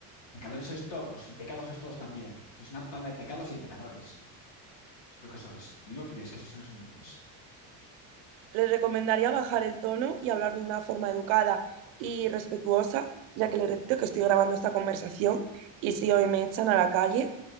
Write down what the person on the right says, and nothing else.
Les recomendaría bajar el tono y hablar de una forma educada y respetuosa, ya que les repito que estoy grabando esta conversación y si hoy me echan a la calle,